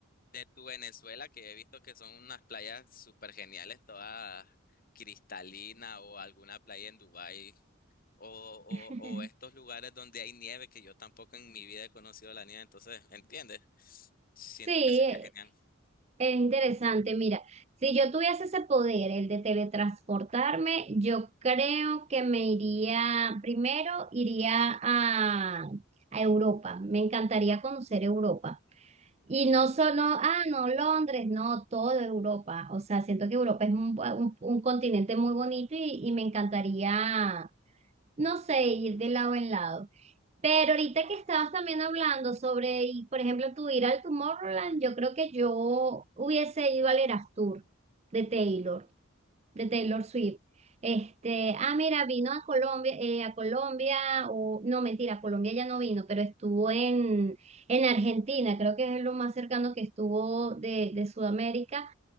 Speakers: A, on the left (about 40°); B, on the right (about 30°).
A: de tu Venezuela, que he visto que son unas playas súper geniales, todas cristalinas o alguna playa en Dubái. O, o,
B: <laughs>
A: o estos lugares donde hay nieve, que yo tampoco en mi vida he conocido la nieve, entonces, ¿entiendes? Siento
B: Sí,
A: que sería
B: eh,
A: genial.
B: es interesante. Mira, si yo tuviese ese poder, el de teletransportarme, yo creo que me iría, primero iría a, a Europa. Me encantaría conocer Europa. Y no solo, ah, no, Londres, no, toda Europa. O sea, siento que Europa es un, un- un continente muy bonito y, y me encantaría no sé, ir de lado en lado. Pero ahorita que estabas también hablando sobre, y, por ejemplo, tu ir al Tomorrowland, yo creo que yo hubiese ido al Eras Tour de Taylor, de Taylor Swift. Este, ah, mira, vino a Colombia, eh, a Colombia, o no, mentira, a Colombia ya no vino, pero estuvo en, en Argentina, creo que es lo más cercano que estuvo de, de Sudamérica.